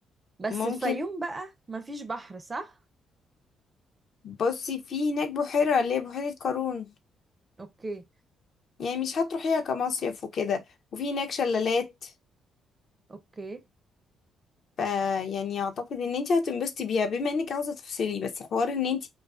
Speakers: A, on the right (about 25°); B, on the left (about 55°).
A: بس
B: ممكن
A: الفيوم بقى مفيش بحر صح
B: بصي في هناك بحيرة اللي هي بحيرة قارون
A: اوكي
B: يعني مش هتروحيها كمصيف وكده وفي هناك شلالات
A: اوكي
B: ف يعني اعتقد ان انت هتنبسطي بيها بما انك عاوزه تفصلي بس حوار ان انت